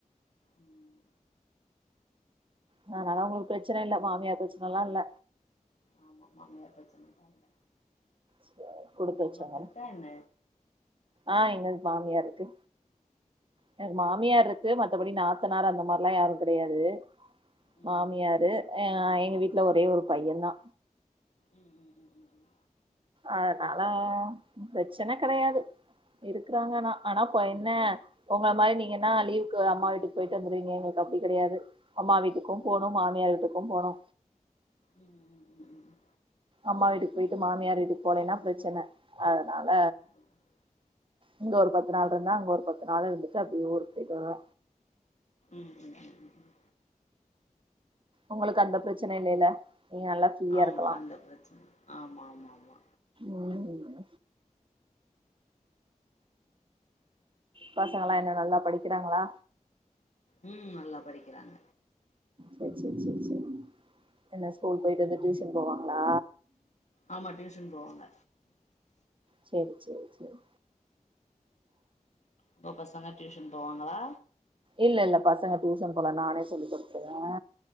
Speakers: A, on the left; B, on the right.
A: ம்
B: அதனால உங்களுக்கு பிரச்சன இல்ல மாமியார் பிரச்சனெல்லா இல்ல
A: ஆமா மாமியார் பிரச்சனல்லா இல்ல
B: சரி, குடுத்து வச்சவங்கதா
A: உங்களுக்கு இருக்கா என்ன
B: ஆ எங்களுக்கு மாமியாரு இருக்கு எனக்கு மாமியார்
A: ஓ
B: இருக்கு மத்தபடி நாத்தனார் அந்த மாரில்லா யாரு கெடையாது
A: ம்
B: மாமியாரு
A: ம் ம்
B: அ எங்க வீட்ல ஒரே ஒரு பையன்தா
A: ம் ம் ம் ம்
B: அதனால பிரச்சன கெடையாது இருக்கறாங்க ஆனா ஆனா இப்ப என்ன உங்கள மாரி நீங்கனா லீவுக்கு அம்மா வீட்டுக்கு போயிட்டு வந்துருவீங்க எங்களுக்கு அப்டி கெடையாது அம்மா வீட்டுக்கும் போனு மாமியார் வீட்டுக்கும் போணு
A: ம் ம் ம் ம் ம்
B: அம்மா வீட்டுக்கு போயிட்டு
A: அந்த
B: மாமியார்
A: மாரிலா
B: வீட்டுக்கு
A: இல்ல
B: போலைனா பிரச்சன அதனால
A: ஆ ஆ ம்
B: இங்க ஒரு பத்து நாள் இருந்த அங்க ஒரு பத்து நாள் இருந்துட்டு அப்டியே ஊருக்கு போயிட்டு வருவ
A: ம் ம் ம் ம் ம்
B: உங்களுக்கு அந்த பிரச்சன இல்லையல்ல நீங்க நல்லா ஃப்ரீயா
A: ஆமா
B: இருக்கலா
A: அந்த பிரச்சன ஆமாமாமா
B: ஒன்னு இல்ல பசங்க எல்லா என்ன நல்லா படிக்கறாங்ளா
A: ம் நல்லா படிக்கிறாங்க
B: சேரி சேரி சேரி சேரி என்ன ஸ்கூல் போயிட்டு வந்து டியூஷன் போவாங்ளா
A: ஆமா டியூஷன் போவாங்க
B: சேரி சேரி சேரி
A: உங்க பசங்க டியூஷன் போவாங்ளா
B: இல்லல்ல பசங்க டியூஷன் போல நானே சொல்லி குடுத்துருவே